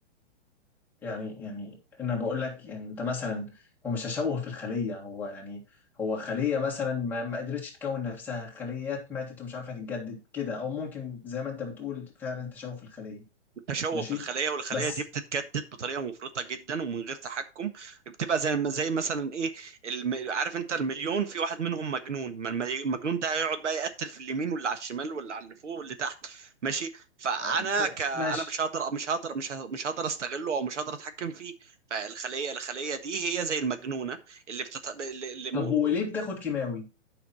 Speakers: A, in the centre; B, on the right.
A: يعني يعني انا بقول لك يعني انت مثلا هو مش تشوه في الخلية هو يعني هو خلية مثلا ما, ما قدرتش تكون نفسها خليات ماتت ومش عارفة تتجدد كده او ممكن زي ما انت بتقول فعلا تشوه في الخلية
B: تشوه
A: ماشي
B: في الخلايا والخلايا
A: بس
B: دي بتتجدد بطريقه مفرطه جدا ومن غير تحكم بتبقى زي زي مثلا ايه الم... عارف انت المليون في واحد منهم مجنون ما الملي- المجنون ده هيقعد بقى يقتل في اليمين واللي على الشمال واللي على اللي فوق واللي تحت ماشي فانا
A: أم،
B: ك... انا
A: ماشي
B: مش هقدر مش هقدر مش ه... مش هقدر استغله او مش هقدر اتحكم فيه فالخليه الخليه دي هي زي المجنونه اللي بتت... اللي... اللي مو...
A: طب وليه بتاخد كيماوي